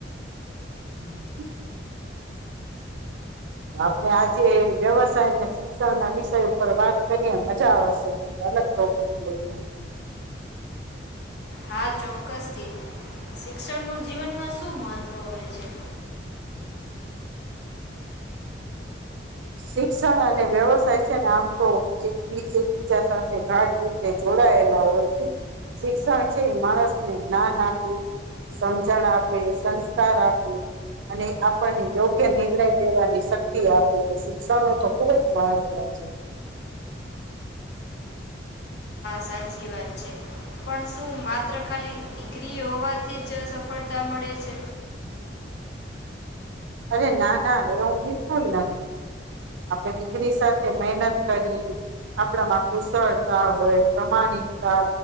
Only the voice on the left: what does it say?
હા ચોક્કસથી શિક્ષણનું જીવનમાં શું મહત્ત્વ હોય છે.
સાચી છે. પણ શું માત્ર ખાલી ડીગ્રી હોવાથી જ સફળતા મળે છે?